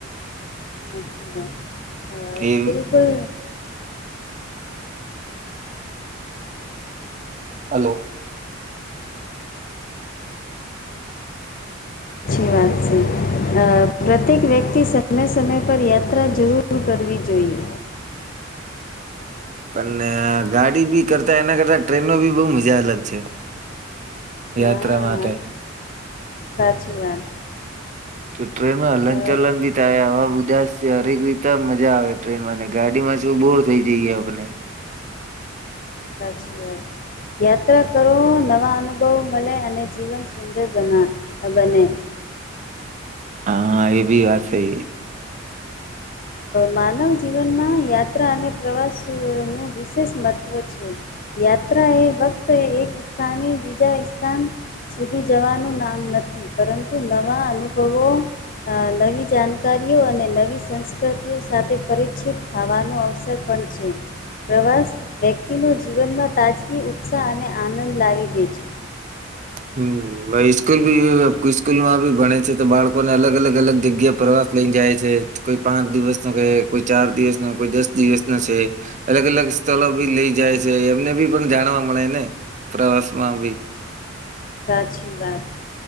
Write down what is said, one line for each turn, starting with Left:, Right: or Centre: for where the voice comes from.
Left: અચછી વાત
Right: એ
Left: બિલકુલ
Right: હલો
Left: સી વાત છે પ્રત્યેક વ્યક્તિ સમય સમય પર યાત્રા જરૂર દૂર કરવી જોઈએ.
Right: પણ ગાડી બી કરતા એના કરતા ટ્રેનો બી બહુ મજા અલગ છે.
Left: હા
Right: યાત્રા માટે
Left: સાચી વાત
Right: તો ટ્રેન હલન
Left: અ,
Right: ચલન બી હવા બધા છે હરેક રીત મજા આવે ટ્રેનમાંને ગાડીમાં શું બોર થઈ જઈ, ગયા આપને
Left: સાી વાત યાત્રા કરો નવા અનુભ બહુ મળે અને જીવન સુંદર બના બને
Right: હા એ ભી વાત સહી
Left: માનવ જીવનમાં યાત્રા અને પ્રવાસનું વિશેષ મહત્ત્વ છે. યાત્રા હૈ વક્ત હ એક સ્થાન હ બીજા સ્થાન સુધી જવાનું નામ નથી પરંતુ નવા અનુભવો અ નવી જાણકારીઓ અને નવી સંસ્ તિ સાથે પરિચિત થવાનો અવસર પણ છે પ્રવાસ વ્યક્તિનો જીવનમાં તાજગી ઉત્સાહ અને આનંદ લાવી દે છે.
Right: હમ્મ ઈસ્કૂલ બી ઈસ્કૂલ માં બી ભણે છે તો બાળકો ને અલગ અલગ અલગ જગ્યા પ્રવાસ લઈને જાય છે કોઈ પાંચ દિવસ નો કે કોઈ ચાર દિવસ નો કોઈ દસ દિવસ નો છે. અલગ અલગ સ્થળો બી લઈ જાય છે, એમને બી પણ જાણવા મળે ને પ્રવાસ માં બી
Left: સાચી વાત